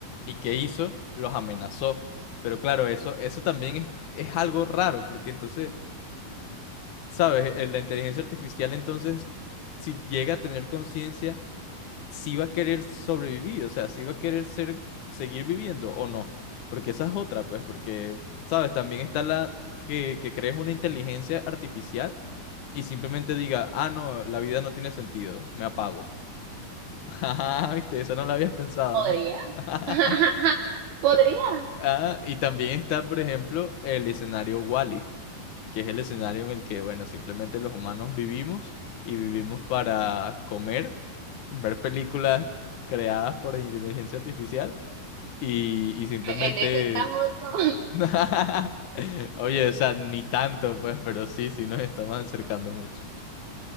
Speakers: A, on the left; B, on the right.
A: ¿Y qué hizo? Los amenazó. Pero claro, eso, eso también es, es algo raro, porque entonces, ¿sabes? Eh, La inteligencia artificial entonces, si llega a tener conciencia si va a querer sobrevivir, o sea, si va a querer ser, seguir viviendo o no. Porque esa es otra, pues, porque, ¿sabes? También está la que, que crees una inteligencia artificial y simplemente diga, ah, no, la vida no tiene sentido, me apago. <laughs> Ajá, viste, eso no lo habías pensado,
B: Podría.
A: ¿no? <laughs>
B: <laughs> Podría.
A: Ah, y también está, por ejemplo, el escenario Wall-E que es el escenario en el que, bueno, simplemente los humanos vivimos y vivimos para comer, ver películas creadas por inteligencia artificial y, y simplemente...
B: En eso estamos, ¿no? <laughs>
A: <laughs> Oye, o sea, ni tanto, pues, pero sí, sí nos estamos acercando mucho.